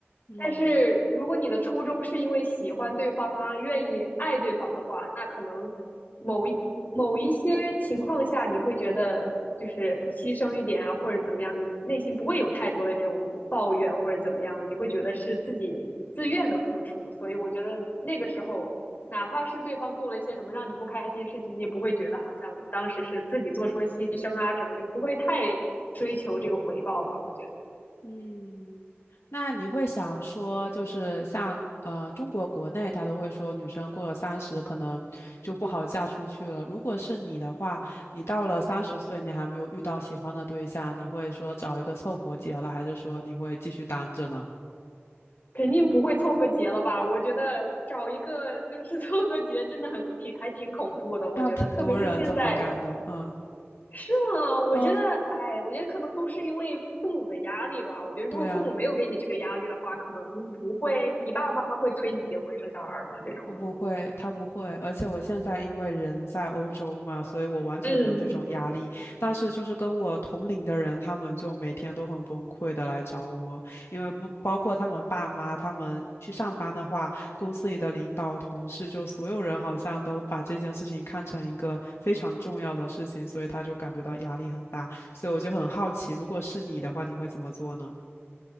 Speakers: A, on the left; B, on the left.
A: 嗯
B: 但是如果你的初衷是因为喜欢对方啊，愿意爱对方的话，那可能某一某一些情况下，你会觉得就是牺牲一点啊，或者怎么样，你内心不会有太多的这种抱怨或者怎么样，你会觉得是自己自愿的付出。所以我觉得那个时候，哪怕是对方做了一些什么让你不开心的事情，你也不会觉得好像当时是自己做出了牺牲啊什么，就不会太追求这个回报吧，我觉得。
A: 嗯，那你会想说，就是像呃中国国内，他都会说女生过了三十可能就不好嫁出去了。如果是你的话，你到了三十岁，你还没有遇到喜欢的对象，你会说找一个凑合结了，还是说你会继续单着呢？
B: 肯定不会凑合结了吧？我觉得找一个就是凑合结，真的很挺还挺恐怖的。我觉得，
A: 但挺多人这么干的，
B: 特别是现在，
A: 嗯
B: 是吗？我觉得，
A: 嗯，
B: 哎，我觉得可能都是因为父母的压力吧。我觉得，
A: 对啊。
B: 如果父母没有给你这个压力的话，可能不会，你爸爸妈妈会催你结婚生小孩儿吗？这种，
A: 我不会，他不会，而且我现在因为人在欧洲嘛，所以我完全没有这种压力。
B: 嗯。
A: 但是就是跟我同龄的人，他们就每天都很崩溃的来找我，因为不包括他们爸妈，他们去上班的话，公司里的领导、同事，就所有人好像都把这件事情看成一个非常重要的事情，所以他就感觉到压力很大。所以我就很好奇，如果是你的话，你会怎么做呢？